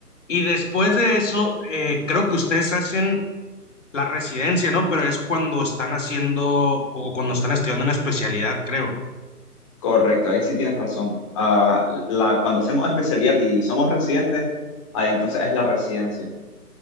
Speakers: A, on the left (about 50°); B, on the left (about 20°).
A: Y después de eso, eh, creo que ustedes hacen la residencia, ¿no? Pero es cuando están haciendo o cuando están estudiando una especialidad, creo.
B: Correcto, ahí sí tienes razón. Ah, la, cuando hacemos especialidad y somos residentes, ahí entonces es la residencia.